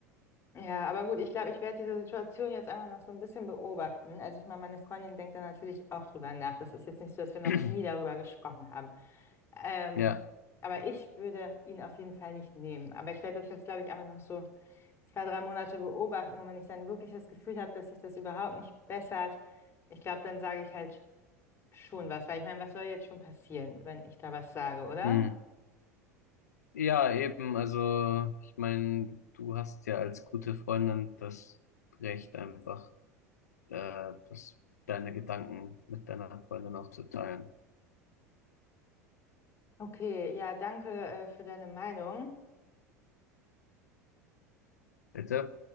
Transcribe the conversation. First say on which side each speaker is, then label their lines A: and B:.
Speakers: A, on the left; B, on the left.
A: Ja, aber gut, ich glaube, ich werde diese Situation jetzt einfach noch so ein bisschen beobachten. Also, ich meine, meine Freundin denkt da natürlich auch drüber nach. Das ist jetzt nicht so, dass wir noch
B: <clears throat>
A: nie darüber gesprochen haben. Ähm,
B: Ja,
A: aber ich würde ihn auf jeden Fall nicht nehmen. Aber ich werde das jetzt, glaube ich, einfach noch so zwei, drei Monate beobachten und wenn ich dann wirklich das Gefühl habe, dass sich das überhaupt nicht bessert, ich glaube, dann sage ich halt schon was, weil ich meine, was soll jetzt schon passieren, wenn ich da was sage, oder?
B: hm. Ja, eben, also ich meine, du hast ja als gute Freundin das Recht einfach, äh, das, deine Gedanken mit deiner Freundin auch zu teilen.
A: Okay, ja, danke, äh, für deine Meinung.
B: Bitte?